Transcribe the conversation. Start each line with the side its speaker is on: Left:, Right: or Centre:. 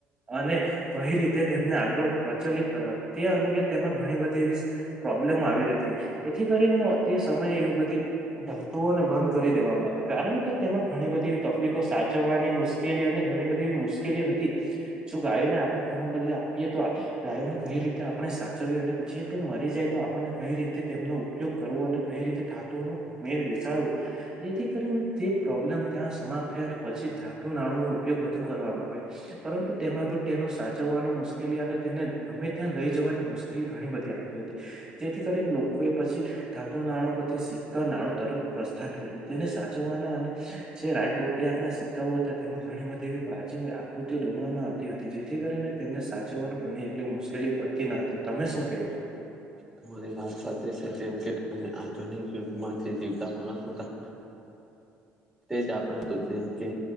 Right: અને કઈ રીતે તેમને આગળ પ્રચલિત કરવા તે અંગે તેમાં ઘણી બધી એવી પ્રોબ્લેમ આવી ર હતી એથી કરીને તે સમયે એવી બધી ધાતુઓને બંધ કરી દેવામાં આવે કારણ કે તેમાં ઘણી બધી એવી તકલીફો સાચવવાની મુશ્કેલી અને ઘણી બધી એવી મુશ્કેલી હતી શું ગાયોને આપણે તેના બદલે આપીએ તો ગાયોને કઈ રીતે આપણે સા અને જે તે મરી જાય તો આપણને કઈ રીતે તેમનો ઉપયોગ કરવો અને કઈ રીતે ધાતુઓ નો મેળ બેસાડવો જેથી કરીને તે પ્રોબ્લેમ ત્યાં સમાપ્ત થાય અને પછી ધાતુ નાણુ નો ઉપયોગ વધુ કરવામાં આવે પરંતુ તેમાં તેનો સાચવવાનું મુશ્કેલી અને તેને ગમે ત્યાં લઈ જવાની મુશ્કેલી ઘણી બધી આવતી હતી જેથી કરીને લોકોએ પછી ધાતુ નાણુ પર થી સિધા નાણું તરફ પ્રસ્થાન કર્યું તેને સાચવવાના અને જે રાજબોટયાર ના સિક્કાઓ હતા તેમાં ઘણી બધી એવી પ્રાચીન કૃતિઓ દોરવામાં આવતી હતી જેથી કરીને તેમને સાચવવાનું ઘણી એટલી મુશ્કેલીઓ પડતી ન હતી તમે શું કેવો છો
Centre: તમારી વાત સાચી છે જેમ કે તમે આધુનિક યુગ મા જે જીવતા માણસ હતા તેજ આપણે તો જેમ કે